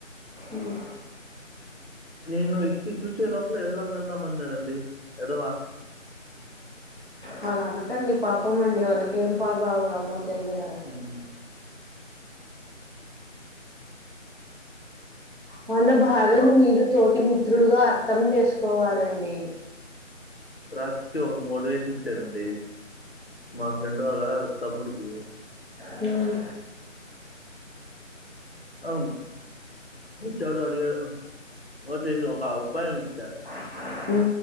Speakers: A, on the right; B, on the left.
A: ఉమ్
B: నేను ఎక్కి చూసేలోపల వెళ్దాం వెళ్దాం అన్నడండి ఎదవా
A: వాళ్ళు అనకండి పాపం అండి వాళ్ళకి ఏం పార్ బావులమో తెలియ కదా
B: ఉమ్
A: వాళ్ళ బాధను
B: మా
A: మీరు తోటి మిత్రులుగా అర్థం చేసుకోవాలండి
B: రాత్రికి ఒకరు మోటివేషన్ ఇచ్చారండి మా ఫ్రెండ్ వాళ్ళ తమ్ముడికి
A: హమ్
B: అవున్ వచ్చాడు అడిగాడు మోటివేషన్ ఒక ఉపాయం ఇచ్చా
A: హ